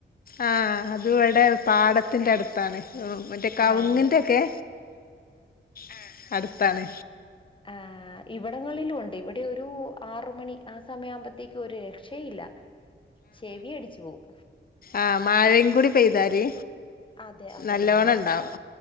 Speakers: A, on the left; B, on the left.
A: ആഹ് അത് ഇവടെ പാടത്തിന്റെ അട്ത്താണ് ഉം മറ്റേ കവുങ്ങിന്റെ
B: ആണല്ലേ
A: ഒക്കെ ആഹ് അട്ത്താണ്
B: ആഹ് ഇവടങ്ങളിലും ഉണ്ട് ഇവ ടെ ഒരു ആറ് മണി ആ സമയാവുമ്പത്തേക്കും ഒരു രക്ഷയില്ല ചെവി അടിച്ചു പോവും
A: ആഹ് മഴയിം കൂടി പെയ്താല്
B: അതെ അതെ
A: നല്ലോണം
B: അതെ അതെ
A: ഉണ്ടാവും